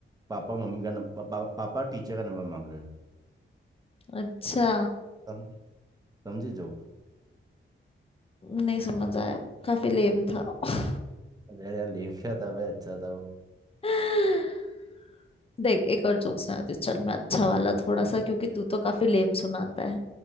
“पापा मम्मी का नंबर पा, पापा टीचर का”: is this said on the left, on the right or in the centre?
Right